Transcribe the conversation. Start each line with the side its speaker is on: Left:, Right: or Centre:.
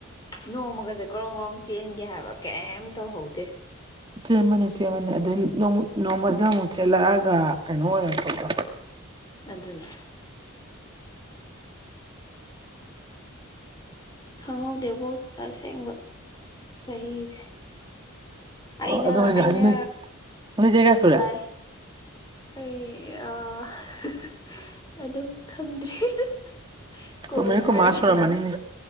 Left: ꯅꯣꯡꯃꯒꯖꯦ ꯒ꯭ꯔꯣꯡ ꯒ꯭ꯔꯣꯡ ꯆꯦꯟꯒꯤ ꯍꯥꯏꯕ ꯀꯩꯝ ꯇꯧꯍꯧꯗꯦ
Right: ꯆꯦꯟꯕꯅꯦ ꯆꯦꯟꯕꯅꯦ ꯑꯗꯩ ꯅꯣꯡꯃ ꯅꯣꯡꯃꯖ꯭ꯅ ꯑꯃꯨꯛ ꯆꯦꯜꯂꯛꯑꯒ ꯀꯅꯣ ꯑꯣꯏꯔꯛꯄꯀꯣ
Left: ꯑꯗꯨꯅꯤ ꯈꯪꯍꯧꯗꯦꯕꯣ ꯇꯁꯦꯡꯕ ꯆꯍꯤꯁꯦ ꯑꯩꯅ
Right: ꯑꯗꯣ ꯍꯧꯖꯤꯛ
Left: ꯑꯩꯅ
Right: ꯍꯧꯖꯤꯛ ꯅꯣꯏ ꯅꯣꯏ ꯆꯍꯤ ꯀꯌꯥ ꯁꯨꯔꯦ
Left: ꯂꯥꯏ ꯑꯩ ꯑ ꯍ ꯍ ꯑꯗꯨꯝ ꯈꯪꯗ꯭ꯔꯦ ꯍꯤꯍꯤ ꯀꯣꯟꯅ
Right: ꯀꯨꯟꯃꯔꯤ ꯀꯨꯟꯃꯉꯥ
Left: ꯍꯥꯏꯒꯦ
Right: ꯁꯨꯔꯝꯃꯅꯤꯅꯦ